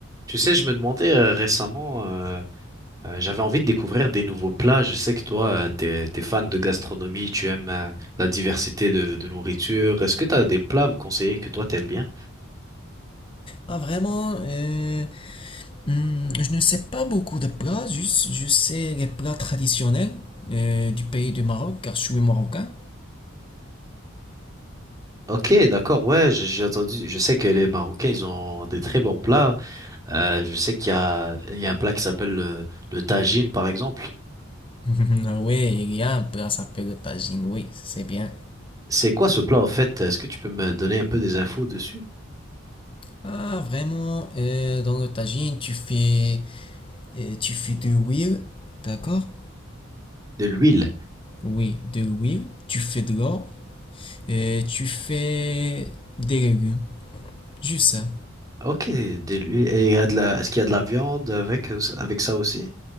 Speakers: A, on the right; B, on the left.
A: Tu sais, je me demandais euh, récemment, euh, euh, j'avais envie de découvrir des nouveaux plats. Je sais que toi, euh, t'es, t'es fan de gastronomie, tu aimes euh, la diversité de, de nourriture. Est-ce que t'as des plats à me conseiller que toi t'aimes bien?
B: Ah, vraiment, euh, hmm, je ne sais pas beaucoup de plats, juste je sais les plats traditionnels euh, du pays du Maroc, car je suis marocain.
A: Ok, d'accord, ouais, j'ai j'ai entendu, je sais que les Marocains, ils ont des très bons plats. Euh, je sais qu'il y a, il y a un plat qui s'appelle le, le tagine, par exemple.
B: <laughs> Ah oui, il y a un plat qui s'appelle le tagine, oui, c'est bien.
A: C'est quoi ce plat, au fait? Est-ce que tu peux me donner un peu des infos dessus?
B: Ah, vraiment, euh, dans le tagine, tu fais, euh, tu fais de l'huile, d'accord?
A: De l'huile.
B: Oui, de l'huile, tu fais de l'eau, et tu fais des légumes, juste ça.
A: Ok, de l'huile. Et il y a de la, est-ce qu'il y a de la viande avec, avec ça aussi?